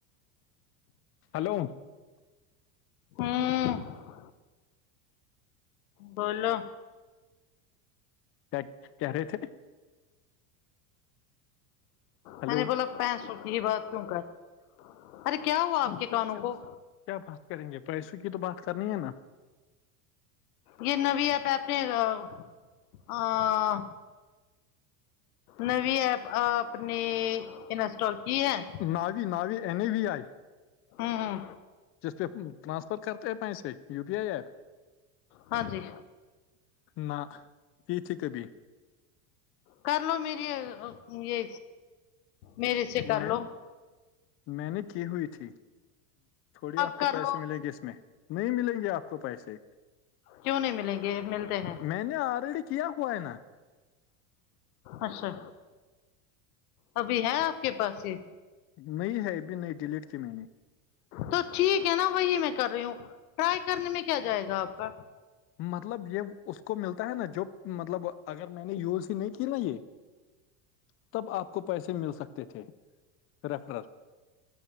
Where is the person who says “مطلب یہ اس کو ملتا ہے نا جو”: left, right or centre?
Left